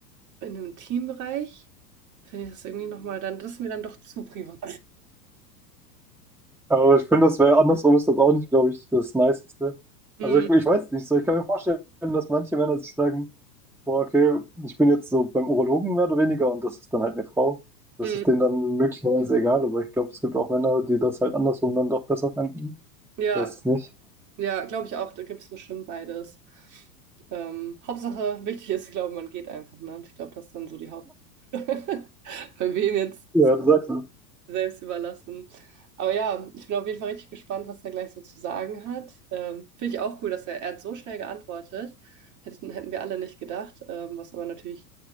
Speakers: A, on the right (about 35°); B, in the centre.
A: in einem Teambereich finde ich das irgendwie nochmal dann, das ist mir dann doch zu privat.
B: Aber ich finde, das wäre andersrum ist das auch nicht, glaube ich, das Niceste.
A: Mm,
B: Also ich, ich weiß nicht so. Ich kann mir vorstellen, dass manche Männer sich sagen, boah, okay, ich bin jetzt so beim Urologen mehr oder weniger und das ist dann halt eine Frau. Das
A: mm,
B: ist denen dann möglicherweise egal, aber ich glaube, es gibt auch Männer, die das halt andersrum dann doch besser finden.
A: ja.
B: Ich weiß es nicht.
A: Ja, glaube ich auch, da gibt es bestimmt beides. Ähm, Hauptsache, wichtig ist, ich glaube, man geht einfach, ne? ich glaube, das ist dann so die Haupt. <laughs> Bei wem jetzt
B: Ja, das ist halt,
A: selbst überlassen. Aber ja, ich bin auf jeden Fall richtig gespannt, was er gleich so zu sagen hat. Ähm, finde ich auch cool, dass er, er hat so schnell geantwortet. Hätten, hätten wir alle nicht gedacht, ähm, was aber natürlich